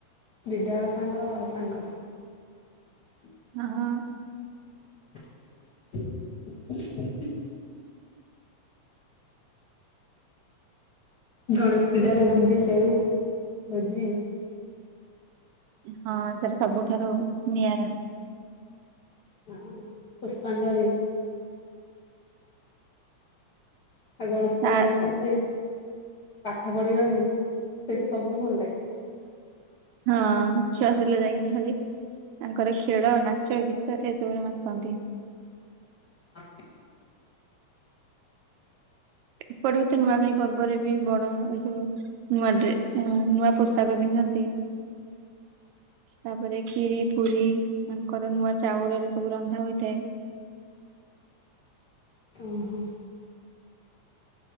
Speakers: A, on the left; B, on the right.
A: ବିଦ୍ୟାଳୟ ସାଙ୍ଗ ସାଙ୍ଗ। ହ
B: ହଁଅଁ
A: <unintelligible> ଗଣେଶ ପୂଜାରେ ବୁନ୍ଦି ସେଉ ଭୋଜି।
B: ହଁ ସେଟା ସବୁଠାରୁ ନିଆରା।
A: ହଁ ପୁଷ୍ପାଞ୍ଜଳି। ଆଉ ଗଣେଶ ପୂଜା
B: ତା
A: ରେ କତି। ପାଠ ପଢ଼ିବନି ସେଇଠି ସବୁଠୁ ଭଲ ଲାଗେ।
B: ହଁ ଛୁଆ ପିଲା ଯାଇନି ଖାଲି। ତାଙ୍କର ଖେଳ ନାଚ ଗୀତ ଏସବୁରେ ମାତନ୍ତି।
A: ହଁ।
B: ଏପଡ ହତେ ନୂଆ କାହିଁ ପର୍ବରେ ବି ବଡ ଏ ଯଉ ନୂଆ ନୂଆ ପୋଷାକ ପିନ୍ଧାନ୍ତି ନ୍ତି
A: <inaudible>
B: ତାପରେ ଖିରି ପୁରୀ ମାନଙ୍କର ନୂଆ ଚାଉଳରେ ସବୁ ରନ୍ଧା ହୋଇଥାଏ।
A: ଓହୋ